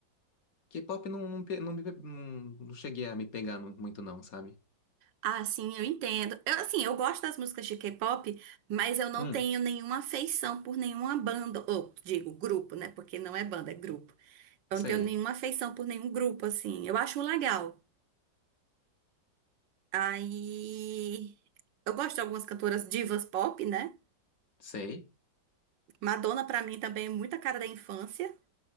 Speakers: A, on the left; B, on the right.
A: K-pop não, não, pe- não, me não, não cheguei a me pegar mu- muito, não, sabe?
B: Ah, sim, eu entendo. Eu, assim, eu gosto das músicas de K-pop, mas eu não
A: Hum,
B: tenho nenhuma afeição por nenhuma banda, ou digo grupo, né? Porque não é banda, é grupo. Eu
A: sei,
B: não tenho nenhuma afeição por nenhum grupo, assim. Eu acho legal. Aí, eu gosto de algumas cantoras divas pop, né?
A: sei,
B: Madonna, pra mim, também é muita cara da infância.